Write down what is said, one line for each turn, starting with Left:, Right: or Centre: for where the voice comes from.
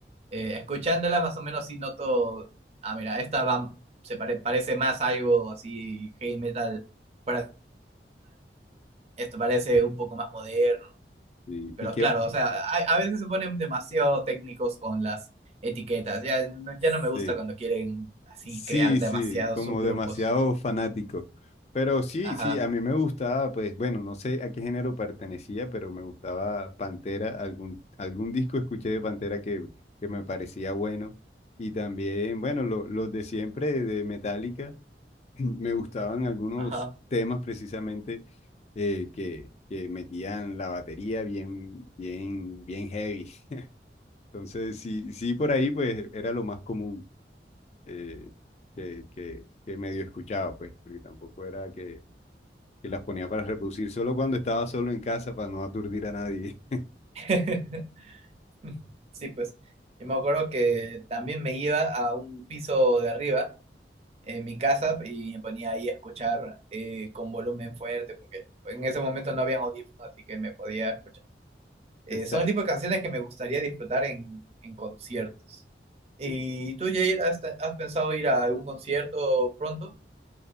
Right: eh, escuchándolas más o menos sí noto, ah, mira, esta va, se pare- parece más algo así heavy metal, para esto parece un poco más moderno
Left: Y,
Right: Pero
Left: y que...
Right: claro, o sea, a, a veces se ponen demasiado técnicos con las etiquetas. Ya, no-
Left: sí,
Right: ya no me gusta cuando quieren así
Left: Sí,
Right: crear demasiados
Left: sí, como
Right: subgrupos.
Left: demasiado fanático. Pero sí,
Right: Ajá,
Left: sí, a mí me gustaba, pues bueno, no sé a qué género pertenecía, pero me gustaba Pantera, algún, algún disco escuché de Pantera que, que me parecía bueno. Y también, bueno, lo- los de siempre de Metallica, <clears throat> me gustaban algunos
Right: ajá.
Left: temas precisamente eh, que, que metían la batería bien, bien, bien heavy. Entonces, sí, sí, por ahí pues era lo más común eh, que, que, que medio escuchaba, pues, porque tampoco era que, que las ponía para reproducir solo cuando estaba solo en casa para no aturdir a nadie.
Right: <laughs> Sí, pues. Yo me acuerdo que también me iba a un piso de arriba en mi casa y me ponía ahí a escuchar eh, con volumen fuerte, porque en ese momento no habían audífonos, así que me podía escuchar. Eh,
Left: <laughs> Exacto.
Right: son el tipo de canciones que me gustaría disfrutar en, en conciertos. ¿Y
Left: Sí,
Right: tú, Jair, has, has pensado ir a algún concierto pronto?